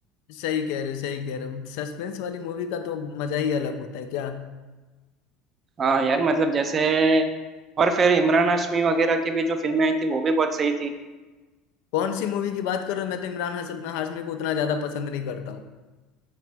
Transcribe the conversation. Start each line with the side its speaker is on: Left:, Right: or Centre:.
Left: सही कह रहे हो सही कह रहे हो सस्पेंस वाली मूवी का तो मजा ही अलग होता है क्या
Right: हाँ यार मतलब जैसे और फिर इमरान हाशमी वगैरह की भी जो फिल्में आई थी वो भी बहुत सही थी
Left: कौन सी मूवी की बात कर रहे हो मैं तो इमरान हसन हाशमी को उतना ज्यादा पसंद नहीं करता